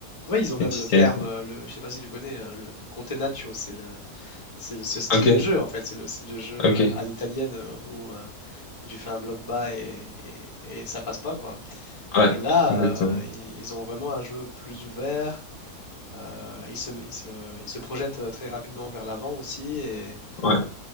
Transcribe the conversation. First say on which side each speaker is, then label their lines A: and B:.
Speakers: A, on the left; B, on the left.
A: ouais, ils ont même
B: et tu
A: le
B: tiens.
A: terme, euh, le, je sais pas si tu connais, euh, le, le Contenaccio, c'est le, c'est le- ce style
B: Ok,
A: de jeu en fait, c'est le style de jeu
B: ok.
A: à, à l'italienne euh, où, euh, où tu fais un bloc bas et, et- et ça passe pas quoi.
B: Ouais,
A: Et là,
B: exactement.
A: euh, i- ils ont vraiment un jeu plus ouvert. euh, ils se, ils se- ils se projettent euh, très rapidement vers l'avant aussi. Et,
B: Ouais,